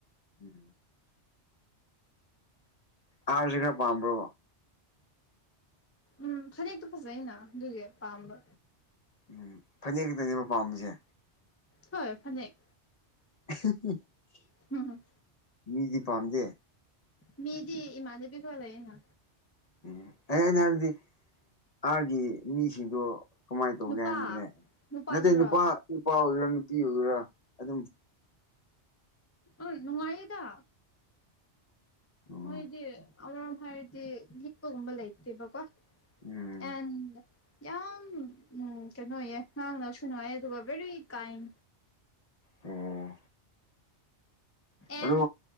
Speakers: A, on the left; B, on the left.
A: ꯎꯝ ꯑꯥꯔꯁꯨ ꯈꯔ ꯄꯥꯝꯕ꯭ꯔꯣ
B: ꯎꯝ ꯐꯅꯛꯇꯣ ꯐꯖꯩꯅ ꯑꯗꯨꯏꯒꯤ ꯄꯥꯝꯕ
A: ꯎꯝ ꯐꯅꯦꯛ ꯈꯤꯇꯪꯅꯦꯕ ꯄꯥꯝꯃꯤꯁꯦ
B: ꯍꯣꯏ ꯐꯅꯤꯦꯛ
A: <unintelligible>
B: ꯎꯝ
A: ꯃꯤꯗꯤ ꯄꯥꯝꯗꯦ
B: ꯃꯤꯗꯤ ꯏ ꯃꯥꯥꯗꯦꯕꯤꯒꯣꯂꯦꯅ
A: ꯎꯝ ꯑꯩ ꯍꯥꯏꯩꯅ ꯍꯥꯏꯕꯗꯤ ꯑꯥꯒꯤ ꯃꯤꯁꯤꯡꯗꯣ ꯀꯃꯥꯏꯅ ꯇꯧꯒꯦ
B: ꯅꯨꯄꯥ
A: ꯍꯥꯏꯕꯅꯤꯅꯦ
B: ꯅꯨꯄꯥꯗꯔꯣ
A: ꯅꯠꯇ꯭ꯔ ꯅꯨꯄꯥ ꯅꯨꯄꯥ ꯑꯣꯏꯒꯦꯔꯥ ꯅꯨꯄꯤ ꯑꯣꯏꯒꯦꯔꯥ ꯑꯗꯨꯝ
B: ꯑ ꯅꯨꯡꯉꯥꯏꯌꯦꯗ
A: ꯎꯝ
B: ꯃꯣꯏꯗꯤ ꯑꯔ ꯍꯥꯏꯔꯗꯤ ꯂꯤꯅꯤꯞꯄꯒꯨꯝꯕ ꯂꯩꯇꯦꯕꯀꯣ
A: ꯎꯝ
B: ꯑꯦꯟ ꯌꯥꯝ ꯎꯝ ꯀꯩꯅꯣꯌꯦ ꯉꯥꯡꯅꯕꯁꯨ ꯅꯨꯡꯉꯥꯏ ꯑꯗꯨꯒ ꯕꯦꯔꯤ ꯀꯥꯏꯟ
A: ꯑꯣ
B: ꯑꯦꯟ
A: ꯑꯗꯣ